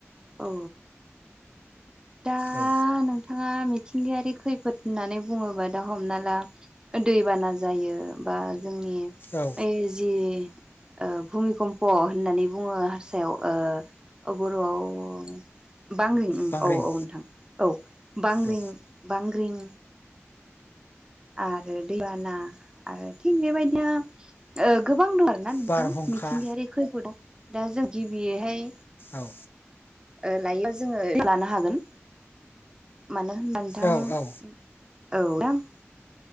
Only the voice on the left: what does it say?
औ
औ
बांग्रिं
औ
बारहुंखा
औ।
औ औ